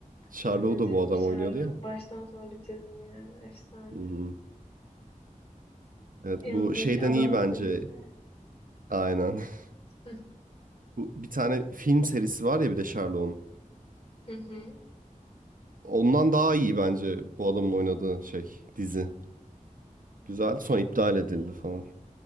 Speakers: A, on the right; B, on the left.
A: Sherlock'u
B: İzledim
A: da bu adam
B: Sherlock.
A: oynuyordu ya.
B: Baştan sona bitirdim yani. Efsane.
A: Hı-hı. Evet
B: Yanındaki
A: bu şeyden
B: adamla
A: iyi bence.
B: birlikte.
A: Aynen. <laughs>
B: Hı
A: Bu bir tane film serisi var ya bir de Sherlock'un.
B: hı.
A: Ondan daha iyi bence bu adamın oynadığı şey dizi. Güzel.
B: hı.
A: Sonra iptal edildi falan.